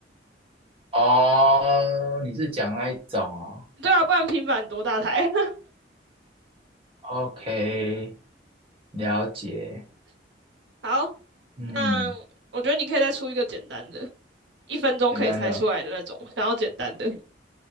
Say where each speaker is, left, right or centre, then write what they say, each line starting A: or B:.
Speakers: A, on the right (about 30°); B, on the right (about 70°).
A: 哦，你是讲那一种哦
B: 对啊，不然平板多大台？
A: ？OK，了解。
B: <laughs> 好，
A: 嗯，
B: 那我觉得你可以再出一个简单的，一分钟可以猜出来的那种，
A: 简单的哦。
B: 想要简单的。